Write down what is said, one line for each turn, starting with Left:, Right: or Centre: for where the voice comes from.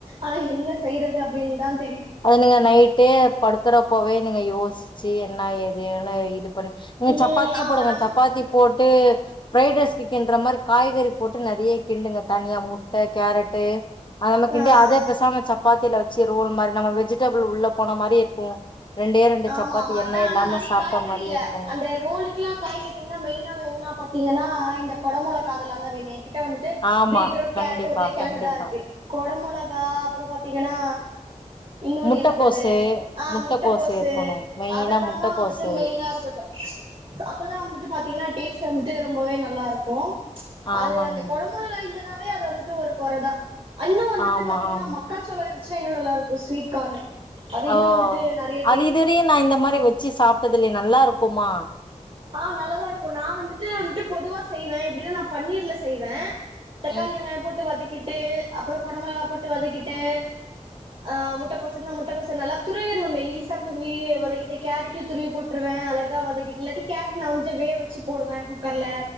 Right: ஆனா என்ன செய்யறது அப்படின்னு தான்
Left: அது நீங்க நைட்டே படுக்கறப்பவே நீங்க யோசிச்சு என்ன ஏதுன்னு இது நீங்க
Right: ம்
Left: சப்பாத்தியே
Right: ஆமா
Left: போடுங்க
Right: நம்
Left: சப்பாத்தி போட்டு பிரைட் ரைஸ் சிக்கன்ற மாரி காய்கறி போட்டு நறைய கிண்டுங்க தனியா முட்டை கேரட்டு அத நம கிண்டி
Right: ஆ
Left: அதே பெசாம சப்பாத்தில வச்சு ரோல் மாரி நம்ம வெஜிடபிள் உள்ள போன மாரி இருக்கு ரெண்டே ரெண்டு
Right: ஆமா
Left: சப்பாத்தி
Right: ஆமா அதா
Left: எண்ண இல்லாம
Right: ஆனா நெறய
Left: சாப்ட்ட
Right: காய்கறில்ல
Left: மாரியே இருக்கு
Right: அந்த ரோலுக்கெலா காய்கறி என்னா மெய்னா வேணுனா பாத்தீங்கனா இந்த கொட மொளகா அதெலா தா வேணு ஏக் கிட்ட வந்துட்டு
Left: ஆமா
Right: பீட்ரூட் கேரட்
Left: கண்டிப்பா
Right: உருல கிழகுதா
Left: கண்டிப்பா
Right: இருக்கு கொட மொளக் கா அப்றோ பாத்தீங்கனா இன்னொனு
Left: முட்டக்கோசு
Right: என்னாது அது ஆ
Left: முட்டக்கோசு
Right: முட்ட கோஸூஅதெலாந்தா
Left: இருக்கணு மெயினா முட்டக்கோசு
Right: வந்துட்டு மெயினா இருக்கட்டு அப்பதா வந்துட்டு பாத்தீங்கனா டேஸ்ட் வந்துட்டு ரொம்பவே நல்லா இருக்கு
Left: ஆமாங்க
Right: அது அந்த குட மிளகா இல்லனாவே அது வந்துட்டு ஒரு கொறதா அன்னு வந்துட்டு
Left: ஆமா
Right: பாத்தீங்கனா
Left: ஆமா
Right: மக்காச்சோள இருந்ச்சுனா இன்னு நல்லா இருக்கு ஸ்வீட்கானு அது
Left: ஓ
Right: இன்னு வந்துட்டு நெறய
Left: அது இதுயரயு நா இந்த மாரி வச்சு சாப்ட்டதுலயே நல்லா இருக்குமா
Right: ஆ நல்லதா இருக்கு நா வந்துட்டு வந்துட்டு பொதுவா செய்வ எப்டினா நா பன்னீர்ல செய்வ தக்காளி
Left: ம்
Right: வெங்காய போட்டு வதக்கிட்டு அப்றோ கொட மொளகா போட்டு வதக்கிட்டு ஆ முட்டக்கோசன்னா முட்டக்கோசனா நல்லா துருவினு மெலிசா துருவி வதகிட்டு கேரட்டையு துருவி போட்ருவ ஆ அழகா வதாகிட்டு இல்லாட்டி கேரட் நா வந்து வேக வச்சு போடுவ குக்கர்ல